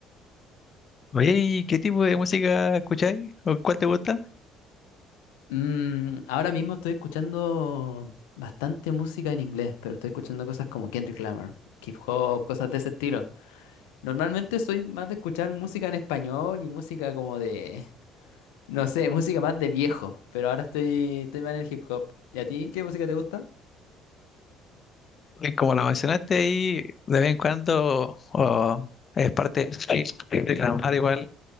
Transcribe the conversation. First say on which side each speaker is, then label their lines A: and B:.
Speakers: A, on the left; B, on the left.
A: Oye, ¿y qué tipo de música escucháis? ¿O cuál te gusta?
B: Mm, ahora mismo estoy escuchando bastante música en inglés, pero estoy escuchando cosas como Kendrick Lamar, hip hop, cosas de ese estilo. Normalmente soy más de escuchar música en español y música como de, no sé, música más de viejo, pero ahora estoy, estoy más en el hip hop. ¿Y a ti qué música te gusta?
A: Y como la mencionaste ahí, de vez en cuando o es parte de reclamar igual,